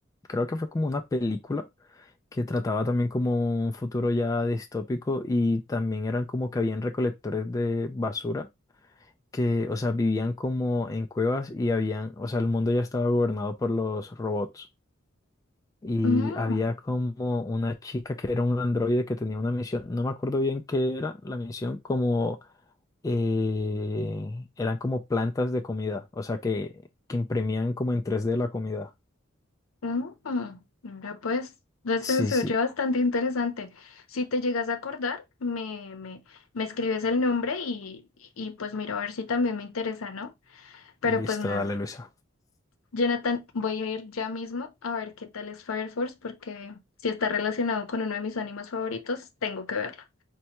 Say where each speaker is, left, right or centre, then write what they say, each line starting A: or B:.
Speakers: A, on the left; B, on the left.
A: creo que fue como una película que trataba también como un futuro ya distópico y también eran como que habían recolectores de basura que, o sea, vivían como en cuevas y habían, o sea, el mundo ya estaba gobernado por los robots y
B: Mm.
A: había como una chica que era un androide que tenía una misión, no me acuerdo bien qué era la misión, como eh, eran como plantas de comida, o sea que, que imprimían como en tres d la comida.
B: Mm, mira, pues, no sé,
A: Sí,
B: se
A: sí,
B: oye bastante interesante. Si te llegas a acordar, me, me, me escribes el nombre y, y pues miro a ver si también me interesa, ¿no? Pero
A: listo,
B: pues nada,
A: dale Luisa.
B: Jonathan, voy a ir ya mismo a ver qué tal es Fire Force, porque si está relacionado con uno de mis animes favoritos, tengo que verlo.